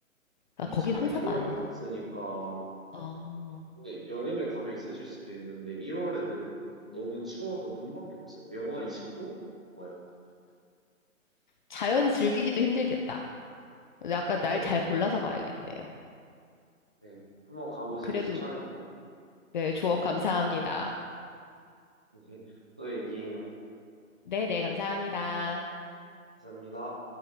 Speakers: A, in the centre; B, on the left.
A: 근데
B: 아, 거기
A: 제가
B: 황사가
A: 1월에
B: 아닌가?
A: 갔으니까,
B: 어,
A: 근데 여름에 가면 있으실 수도 있는데, 1월에는 너무 추워서 눈밖에 없어요. 영하 20도? 넘어가요.
B: 자연 즐기기도 힘들겠다. 약간
A: <laughs>
B: 날 잘 골라서 가야겠네요.
A: 네. 한번 가보시기
B: 그래도,
A: 추천할게요.
B: 네, 조언 감사합니다.
A: <laughs> 또 얘기해요.
B: 네, 네, 감사합니다.
A: 감사합니다.